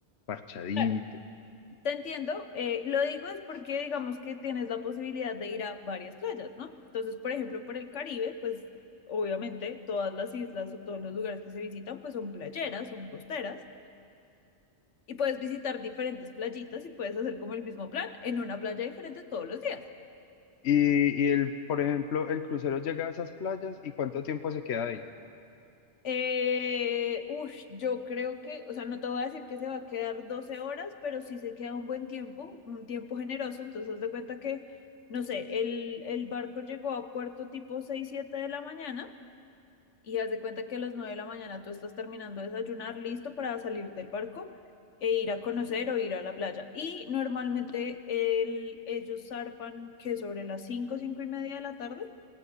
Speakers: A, on the left; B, on the left.
A: parchadito.
B: Claro. Te entiendo, eh, lo digo es porque digamos que tienes la posibilidad de ir a varias playas, ¿no? Entonces, por ejemplo, por el Caribe, pues obviamente todas las islas o todos los lugares que se visitan, pues son playeras, son costeras, y puedes visitar diferentes playitas y puedes hacer como el mismo plan en una playa diferente todos los días.
A: Y, y el, por ejemplo, el crucero llega a esas playas y ¿cuánto tiempo se queda ahí?
B: Eh, ush, yo creo que, o sea, no te voy a decir que se va a quedar 12 horas, pero sí se queda un buen tiempo, un tiempo generoso. Entonces, haz de cuenta que, no sé, el, el barco llegó a puerto tipo 6 7 de la mañana y haz de cuenta que a las 9 de la mañana tú estás terminando de desayunar, listo para salir del barco e ir a conocer o ir a la playa. Y normalmente el- ellos zarpan que sobre las 5, 5 y media de la tarde.